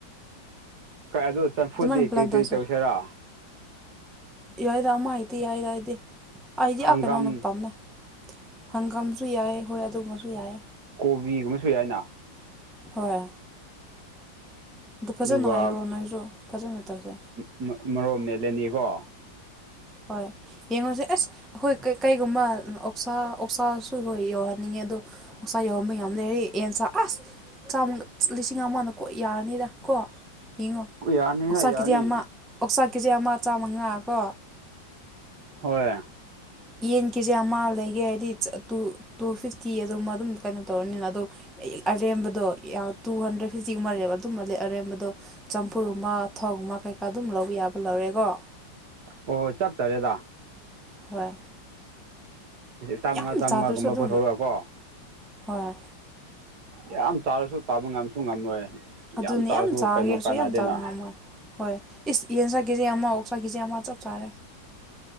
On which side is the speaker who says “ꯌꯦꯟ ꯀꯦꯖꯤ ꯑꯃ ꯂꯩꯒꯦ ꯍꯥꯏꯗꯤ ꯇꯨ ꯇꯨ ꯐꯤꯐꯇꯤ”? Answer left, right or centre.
Centre